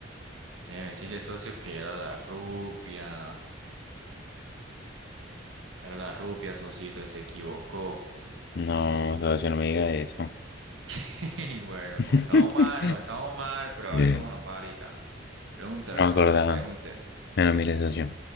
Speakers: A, on the right; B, on the left.
A: Déjeme decirle, socio, que era la rupia. Era la rupia, socito, y se equivocó.
B: No, socio, no me diga eso.
A: <laughs> Bueno,
B: <laughs>
A: comenzamos mal, comenzamos mal, pero
B: Eh,
A: a ver cómo nos va ahorita. Pregúntame,
B: No me
A: socio,
B: acordaba.
A: pregúnteme.
B: Bueno, mire, socio.